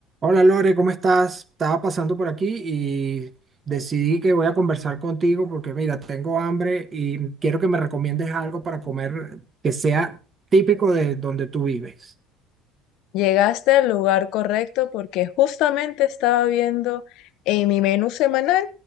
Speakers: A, on the right; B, on the left.
A: Hola Lore, ¿cómo estás? Estaba pasando por aquí y decidí que voy a conversar contigo porque mira, tengo hambre y quiero que me recomiendes algo para comer que sea típico de donde tú vives.
B: Llegaste al lugar correcto porque justamente estaba viendo en mi menú semanal